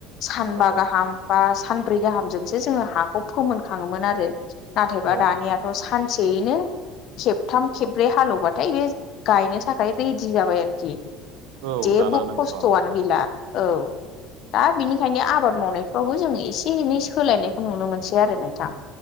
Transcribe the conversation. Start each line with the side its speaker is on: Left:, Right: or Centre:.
Left: सानबा
Right: नंगौथ'
Left: गाहाम बा सानब्रै गाहामजोंसो जोङो हाखौ फोमोन खाङोमोन आरो नाथायबा
Right: औ
Left: दानियाथ' सानसेयैनो खेबथाम खेब्रै हालेवबाथाय बे गायनो थाखाय रेडि जाबाय आरोखि
Right: औ
Left: जेबो
Right: दाना नांगौ र
Left: <unintelligible> औ दा बिनिखायनो आबाद मावनायफ्रावबो जों एसे एनै सोलायनायखौ नुनो मोनसै आरो नोंथां